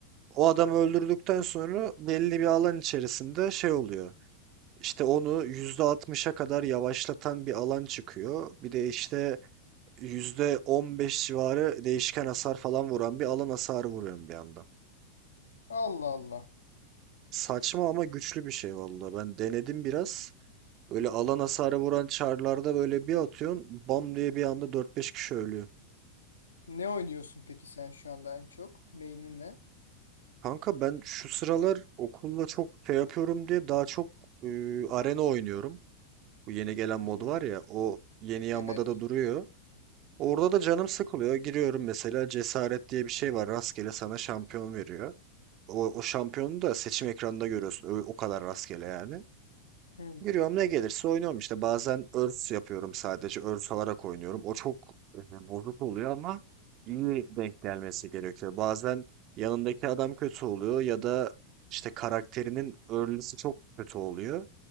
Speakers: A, on the right; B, on the left.
A: O adamı öldürdükten sonra belli bir alan içerisinde şey oluyor. İşte onu yüzde altmışa kadar yavaşlatan bir alan çıkıyor. Bir de işte %15 civarı değişken hasar falan vuran bir alan hasarı vuruyorum bir anda.
B: Allah Allah.
A: Saçma ama güçlü bir şey vallahi. Ben denedim biraz. Öyle alan hasarı vuran çarlarda böyle bir atıyorsun. Bam diye bir anda dört beş kişi ölüyor.
B: Ne oynuyorsun peki sen şu anda en çok? Main'in ne?
A: Kanka ben şu sıralar okulla çok şey yapıyorum diye daha çok e, arena oynuyorum. Bu yeni gelen
B: Hı
A: mod
B: hı.
A: var ya o yeni yamada
B: Evet.
A: da duruyor. Orada da canım sıkılıyor. Giriyorum mesela cesaret diye bir şey var. Rastgele sana şampiyon veriyor. O, o şampiyonu da seçim ekranında görüyorsun. Ö- O, kadar rastgele yani.
B: Hı
A: Giriyorum ne gelirse oynuyorum işte. Bazen örs yapıyorum sadece. Örs alarak oynuyorum. O çok e, bozuk oluyor ama iyi denk gelmesi gerekiyor. Bazen yanındaki adam kötü oluyor ya da işte karakterinin örlüsü çok kötü oluyor.